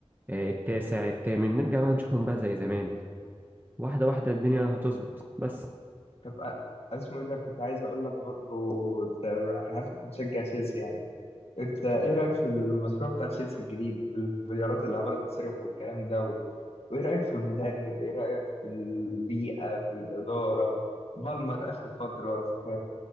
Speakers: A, on the right; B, on the left.
A: آه، التاسع التامن نرجع بقى نشوفهم بقى زي زمان واحدة واحدة الدنيا هتظبط بس
B: طب أ- اسمه ايه ده كنت عايز اقول لك برضو أنت- انا عارف انت مشجع تشيلسي يعني انت ايه رايك في المشروع بتاع تشيلسي الجديد بالمليارات اللي عماله تتصرف والكلام ده و... وايه رايك في المدرب ايه رايك في البيئه في الاداره بالمر اخر فتره ف